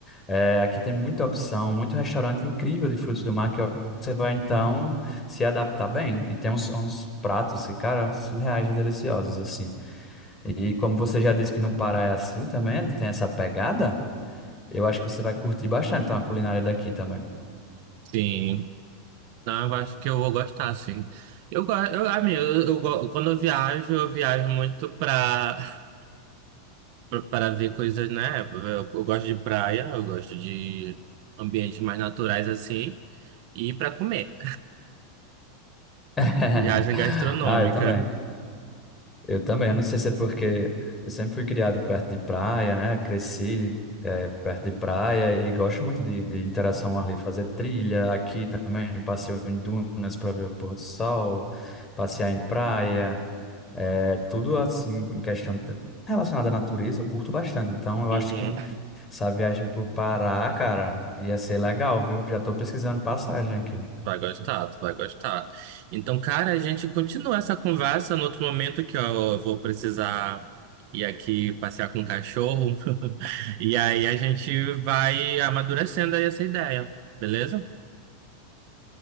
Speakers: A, on the left; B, on the right.
A: é, aqui tem muita opção, muito restaurante incrível de frutos do mar que você vai, então, se adaptar bem. E tem uns, uns pratos que, cara, surreais e deliciosos, assim. E como você já disse que no Pará é assim também, tem essa pegada, Eu acho que você vai curtir bastante então, a culinária daqui também.
B: Sim. Não, eu acho que eu vou gostar, sim. Eu gosto, eu, amigo, eu, eu go- quando eu viajo, eu viajo muito pra, <laughs> para ver coisas, né? Eu, eu gosto de praia, eu gosto de ambientes mais naturais assim, e pra comer.
A: <laughs>
B: Viagem gastronômica.
A: Ah, eu também. Eu também. Eu não sei se é porque eu sempre fui criado perto de praia, né? Cresci eh, perto de praia e gosto muito de, de interação ao ar livre, fazer trilha aqui também, passeio em dunas para ver o pôr do sol, passear em praia, eh, tudo assim, em questão de- relacionada à natureza, eu curto bastante. Então, eu
B: Uhum.
A: acho que essa viagem por Pará, cara, ia ser legal, viu? Já estou pesquisando passagem aqui.
B: Vai gostar, tu vai gostar. Então, cara, a gente continua essa conversa no outro momento que ó, eu vou precisar ir aqui passear com o cachorro. <laughs> E aí a gente vai amadurecendo aí essa ideia, beleza?